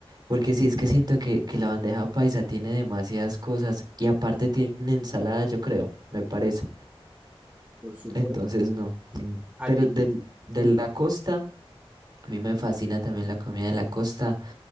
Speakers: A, on the right; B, on the right.
A: Porque sí, es que siento que, que la bandeja paisa tiene demasiadas cosas y aparte tiene ensalada, yo creo, me parece.
B: por supuesto.
A: Entonces no. mm. Pero
B: Aquí,
A: de, de la costa. A mí me fascina también la comida de la costa.